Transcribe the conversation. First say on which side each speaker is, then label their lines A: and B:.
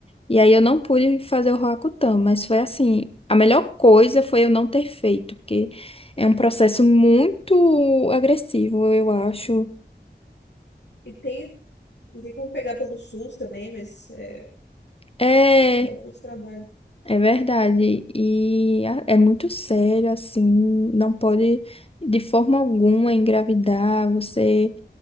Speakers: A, on the left (about 30°); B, on the left (about 75°).
A: e aí eu não pude fazer o Roacutan, mas foi assim, a melhor coisa foi eu não ter feito, porque é um processo muito agressivo, eu acho.
B: E tem Não tem como pegar pelo SUS também, mas é,
A: É,
B: dá um pouco de trabalho.
A: é verdade, e a- é muito sério, assim, não pode de forma alguma engravidar, você...